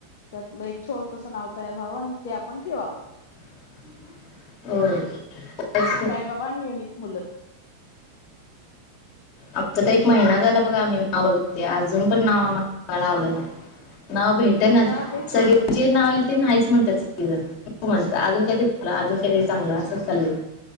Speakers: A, on the left; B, on the left.
A: त्यातलं एक छोटस नाव तयार व्हावं आणि ते आपण ठेवावं
B: हम्
A: भवा युन मुलं
B: आमचा तर एक महिना झाला बघा आम्ही नाव बघितते अजून पण नाव आ ण आवड ना नाव भेटे नाच
A: हा तेच
B: सगळे
A: की
B: जे नाव येईल ते नाहीस म्हणतात स म्हणतात अजून काय ते चग अजून काय ते चांगलं असंच चालल